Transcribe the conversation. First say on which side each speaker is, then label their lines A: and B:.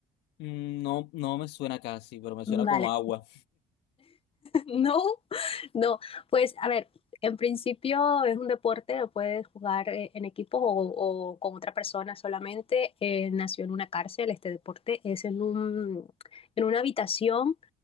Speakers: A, on the left; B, on the left.
A: Mm, No, no me suena casi, pero me suena
B: Vale,
A: como agua.
B: No, no, pues a ver, en principio es un deporte, lo puedes jugar eh, en equipo o, o con otra persona solamente. Eh, nació en una cárcel, este deporte es en un, en una habitación